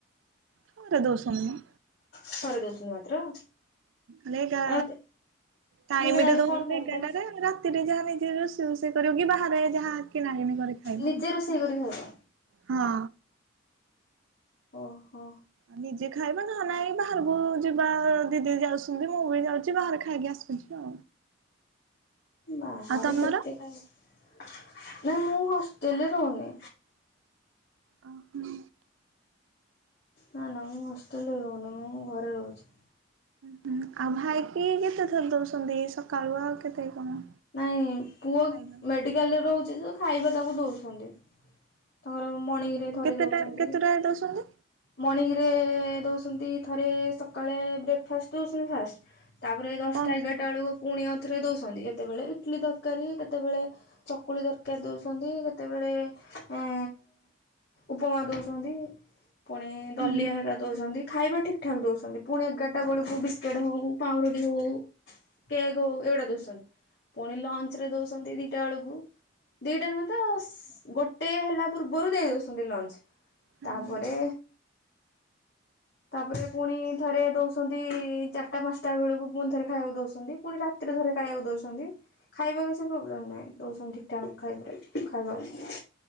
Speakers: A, on the right (about 75°); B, on the left (about 55°).
A: ଥରେ ଦଉସନ୍ତି ମ।
B: ଥରେ ଦଉଛନ୍ତି ମାତ୍ର?
A: ମାନେ ଗା
B: ଆଉ ଦିନ
A: ଟାଇମିରେ
B: ଯାକ
A: ଦଉଛନ୍ତି
B: କଣ ଖାଇବ
A: ଏଗାରଟାରେ
B: ତାହେଲେ
A: ରା ରେ ଯାହା ନିଜେ ରୋଷେଇ ରୋଷେଇ କରିବ କି ବାହାରେ ଯାହା କିଣା କିଣି କରି ଖାଇବ
B: ନିଜେ
A: ଆଉ
B: ରୋଷେଇ କରି ଖାଇବ?
A: ହଁ।
B: ଓହୋ
A: ଆଉ ନିଜେ ଖାଇବ ନହେଲେ ନାଇଁ ବାହାରକୁ ଯିବା ଦିଦି ଯାଉଛନ୍ତି ମୁଁ ବି ଯାଉଚି ବାହାରେ ଖାଇକି ଆସ ଆଚ୍ଛା।
B: ବାହାରେ
A: ତମର?
B: କେତେ ଖାଇ ନା ମୁଁ ହଷ୍ଟେଲରେ ରହୁନି।
A: ଓ ହୋ।
B: ନା ନା ମୁଁ ହଷ୍ଟେଲରେ ରହୁନି ମୁଁ ଘରେ ରହୁଛି।
A: ହୁଁ ଆଉ ଭାଇକି କେତେ ଥର ଦଉଛନ୍ତି ସକାଳୁ ଆଉ କେତେ କଣ?
B: ନାଇଁ ପୁଅ
A: ଖାଇବା?
B: ମେଡିକାଲରେ ରହୁଛି ଖାଇବା ତାକୁ ଦଉଛନ୍ତି। ତାଙ୍କର ମର୍ଣିଙ୍ଗ
A: ହୁଁ
B: ରେ ଥରେ
A: କେତେଟା
B: ଦଉଛନ୍ତି।
A: କେତେଟା ଦଉଛନ୍ତି
B: ମର୍ଣ୍ଣିଂରେ ଦେଉଛନ୍ତି ଥରେ ସକାଳେ ବ୍ରେକ୍ଫାଷ୍ଟ ଦେଉଛନ୍ତି ଫାଷ୍ଟ। ତାପରେ ଦଶଟା
A: କଣ
B: ଏଗାରଟା
A: ହୁଁ
B: ବେଳକୁ ପୁଣିଉଥରେ ଦଉସନ୍ତି ଯେତେବେଳେ ଇଟଲି ତରକାରୀ କେତେବେଳେ ଚକୁଳି ଦରକାର ଦଉଛନ୍ତି କେ ତେବେଳେ ଅ ଉପମା ଦଉଛନ୍ତି। ପୁଣି ଦଲିଆ
A: ହୁଁ
B: ହେକା ଦଉଛନ୍ତି ଖାଇବା ଠିକ ଠାକ ଦଉଛନ୍ତି ପୁଣି ଏଗାରଟା ବେଳକୁ ବିସ୍କୁଟ ହଉ ପାଉଁରୁଟି ହଉ। କେକ୍ ହଉ ଏଗୁଡ଼ା ଦଉଛନ୍ତି ପୁଣି ଲଞ୍ଚ ରେ ଦଉଛନ୍ତି ଦିଟା ବେଳକୁ ଦିଟା ନୁହେଁ ତ ଗୋଟେ ହେଲା ପୂର୍ବରୁ ଦେଇ ଦଉଛନ୍ତି ଲଞ୍ଚ।
A: ହୁଁ
B: ତାପରେ ତାପରେ ପୁଣି ଥରେ ଦଉଛନ୍ତି। ଚାରିଟା ପାଞ୍ଚଟା ବେଳକୁ ପୁଣି ଥରେ ଖାଇବାକୁ ଦଉଛନ୍ତି ପୁଣି ରାତିରେ ଥରେ ଖାଇବାକୁ ଦଉଛନ୍ତି। ଖାଇବା କିଛି ପ୍ରୋବ୍ଲେମ୍ ନାହିଁ ଦଔସନ୍ ଠିକ୍ଠାକ୍ ଖାଇବ ଖାଇବାକୁ।